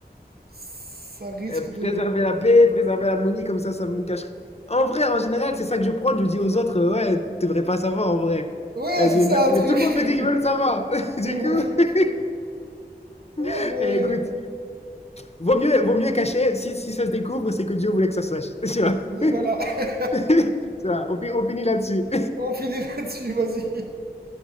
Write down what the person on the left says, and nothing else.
Euh,
préserver la paix, préserver l'harmonie, comme ça, ça me cache. En vrai, en général, c'est ça que je prends. Je dis aux autres, euh, ouais, tu devrais pas savoir, en vrai.
Elle dit,
Mais
tout le monde me dit qu'ils veulent savoir. <laughs> du
coup,
<laughs>
eh, écoute,
vaut mieux, vaut mieux cacher. Si, si ça se découvre, c'est que Dieu voulait que ça se sache. <laughs> Tu vois.
<laughs> Tu vois, on, fi- on finit là-dessus.